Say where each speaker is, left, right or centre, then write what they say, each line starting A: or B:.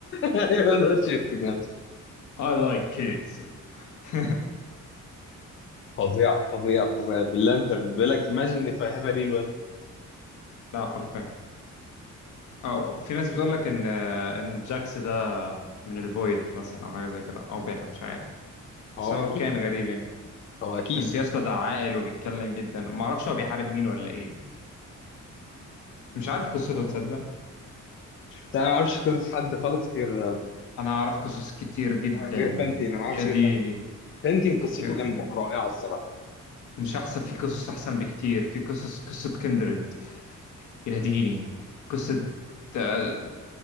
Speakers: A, on the left; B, on the left.
A: ما تقدرش يمسك نفسه
B: I like kids <laughs>
A: فظيعه فظيعه فظيعه <laughs> باللانترن بيقول لك imagine if I have a real weapon
B: لا حرفيا او في ناس بتقول لك ان ان جاكس ده من الفويد مثلا او حاجه زي كده او بيح مش عارف
A: هو
B: سو
A: اكيد
B: كان غريب يعني
A: هو اكيد
B: بس
A: يعني
B: يا اسطى ده عاقل وبيتكلم جدا وما اعرفش هو بيحارب مين ولا ايه مش عارف قصته تصدق
A: بس انا ما اعرفش قصص حد خالص غير
B: انا اعرف قصص كتير جدا
A: آه، غير بانتين انا ما اعرفش
B: يا ديني
A: غير بانتين بانتين قصته
B: يرب.
A: جامده رائعه الصراحه
B: مش احسن في قصص احسن بكتير في قصص قصة كندريد يا ديني قصة آه،